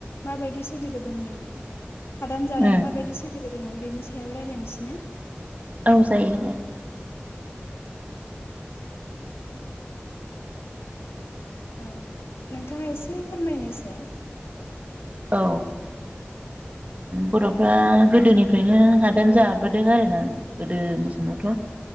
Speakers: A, on the left (about 85°); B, on the right (about 35°).
A: माबायदि सोलिबोदोंमोन? हादान जानानै
B: उम
A: माबायदिसो बोदोंमोन बेनि सायाव रायज्लायनसै ना
B: औ जायो दे।
A: ओं नोंथाङा एसे फोरमायनायसाय
B: औ बरफ्रा गोदोनिफ्रायनो हादान जाबोदों आरोना गोदोनि समावथ